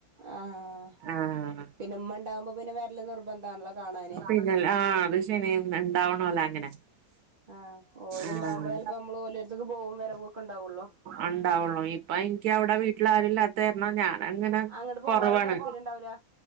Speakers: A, on the right (about 35°); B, on the right (about 80°).
A: ആഹ്
B: ആഹ്
A: പിന്നെ മ്മ ഇണ്ടാവുമ്പോ പിന്നെ വരല്ല് നിർബന്ധാണല്ലോ കാണാന്
B: പിന്നല്ല ആഹ് അത് ശനി <unintelligible>
A: ആഹ് ഓലിണ്ടകുമ്പോഴല്ലേ
B: ആഹ്
A: പ്പൊ മ്മള് ഓലെര്ത്ത്ക്ക് പോവും വരവ് ഒക്കെ ഇണ്ടാവൊള്ളൂ
B: ഒണ്ടാവുള്ളൂ ഇപ്പൊ എനിക്ക് അവിടെ വീട്ടില് ആരും ഇല്ലാത്ത കാരണം ഞാനങ്ങനെ
A: അങ്ങട്ട് പോവാനും
B: കൊറവാണ്
A: താല്പര്യം ഉണ്ടാവൂല